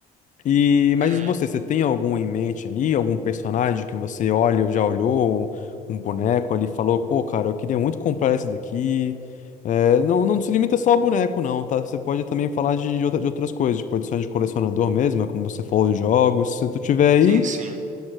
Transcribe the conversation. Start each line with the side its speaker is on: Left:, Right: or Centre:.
Left: E, mas
Right: Uhum.
Left: e você, você tem algum em mente aí? Algum personagem que você olha, ou já olhou, um boneco ali, e falou, pô, cara, eu queria muito comprar esse daqui. É, não, não se limita só ao boneco, não, tá? Você pode também falar de, de outra- de outras coisas, tipo edições de colecionador mesmo, é como você falou de jogos. Se tu tiver aí,
Right: Sim, sim.